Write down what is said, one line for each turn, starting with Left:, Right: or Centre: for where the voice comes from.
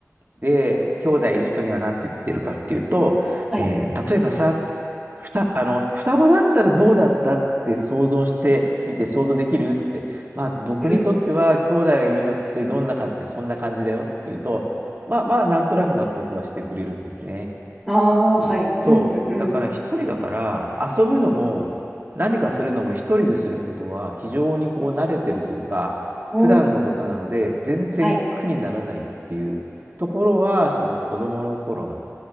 Right: で、兄弟いる人には何て言ってるかっていうと、
Centre: はい。
Right: えー例えばさ、ってふた、あの、双子だったらどうだったって想像してみて想像できるっつって、まあ僕にとっては兄弟がいるのってどんなかってそんな感じだよっていうと、
Centre: うん、
Right: まあまあなんとなく納得はしてくれるんですね。
Centre: ああ、
Right: でそう。
Centre: はい。うん、うん、うん。
Right: だから一人だから遊ぶのも何かするのも一人ですることは非常にこう慣れてるというか普段のことなので全然苦にならないっていうところはその子供の頃の
Centre: おー、はい、